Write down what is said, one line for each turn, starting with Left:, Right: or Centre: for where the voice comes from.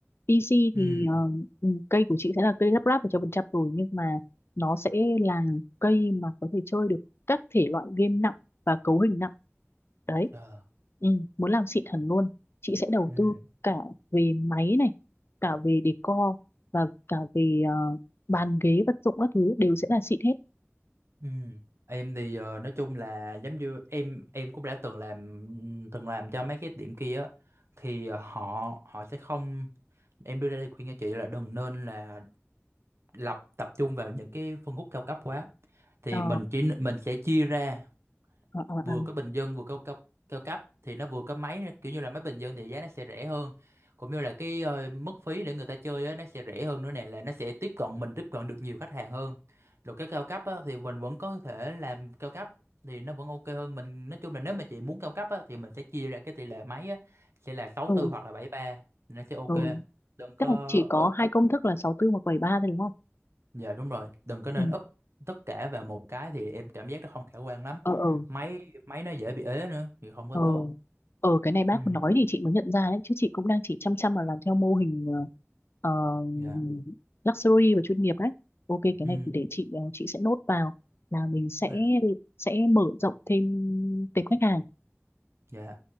Left: PC thì
Right: Ừ.
Left: ờ, ừ, cây của chị sẽ là cây lắp ráp một trăm phần trăm rồi nhưng mà nó sẽ là cây mà có thể chơi được các thể loại game nặng và cấu hình nặng đấy
Right: Ờ.
Left: ừ, muốn làm xịn hẳn luôn chị sẽ đầu
Right: Ừ.
Left: tư cả về máy này cả về decor và cả về ờ, bàn ghế vật dụng các thứ đều sẽ là xịn hết
Right: Ừ. Em thì ờ, nói chung là giống như em em cũng đã từng làm từng làm cho mấy cái điểm kia á thì ờ, họ họ sẽ không em đưa ra đây khuyên cho chị là đừng nên là lập tập trung vào những cái phân khúc cao cấp quá thì
Left: Ờ,
Right: mình chỉ mình sẽ chia ra
Left: ờ, ờ,
Right: vừa
Left: ờ.
Right: có bình dân vừa có cao, cao cấp thì nó vừa có máy kiểu như là máy bình dân thì giá nó sẽ rẻ hơn cũng như là cái ờ, mức phí để người ta chơi á, nó sẽ rẻ hơn nữa nè là nó sẽ tiếp cận mình tiếp cận được nhiều khách hàng hơn rồi cái cao cấp á, thì mình vẫn có thể làm cao cấp thì nó vẫn ok hơn mình nói chung là nếu mà chị muốn cao cấp á, thì mình sẽ chia ra cái tỷ lệ máy á, sẽ là sáu
Left: ừ,
Right: tư hoặc là bảy ba nó sẽ ok
Left: ừ.
Right: đừng có
Left: tức là chỉ có
Right: up
Left: hai công thức là sáu tư hoặc bảy ba thôi đúng không
Right: dạ đúng rồi đừng có nên
Left: Ừ.
Right: up tất cả vào một cái thì em cảm giác nó không khả quan lắm
Left: Ờ ờ
Right: máy máy nó dễ bị ế nữa thì không có
Left: ờ
Right: tốt
Left: ờ cái này bác
Right: Ừ,
Left: nói thì chị mới nhận ra đấy chứ chị cũng đang chỉ chăm chăm vào làm theo mô hình ờ, ờ,
Right: dạ,
Left: luxury và chuyên nghiệp đấy. Ok cái
Right: ừ,
Left: này thì để chị ờ, chị sẽ nốt vào là mình sẽ
Right: với,
Left: sẽ mở rộng thêm tệp khách hàng.
Right: dạ.